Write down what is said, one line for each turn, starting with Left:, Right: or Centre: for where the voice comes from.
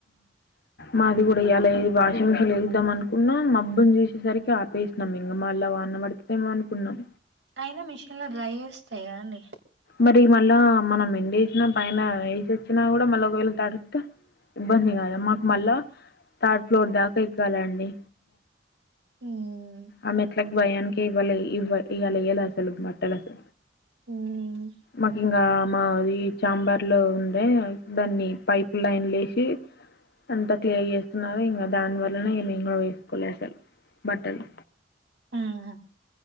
Left: మాది కూడా ఇ్యలా వాషింగ్ మిషన్ వేదిద్దాం అనుకున్నాం మా అబ్బుని చూసేసరికి ఆపేసినాం ఇంకా మా అలా వాన పడుతది ఏమో అనుకున్నాం
Right: అయినా మిషన్ లో డ్రై చేస్తాయి కదా అండి
Left: మరి మళ్ళా మనం ఎం వేసినా పైన వల్సి వచ్చినా కూడా మళ్ళీ ఒకవేళ తడితే ఇబ్బంది కాదు మాకు మళ్ళా థర్డ్ ఫ్లోర్ దాకా ఎక్కాలి అండి
Right: హు
Left: ఆమె మెట్ల భయానికి కేవల ఇవ ఇలా ఎలా అసలు బట్టలకు
Right: మ్మ్
Left: మకింగా మా చాంబర్ లో ఉండే దాన్ని పైప్ లైన్ లేసి అంత క్లియర్ చేస్తున్నారుారో ఇంకా దాని వల్లనే ఏమేం కూడా వేసుకోలే అసలు బట్టలు
Right: ఆహా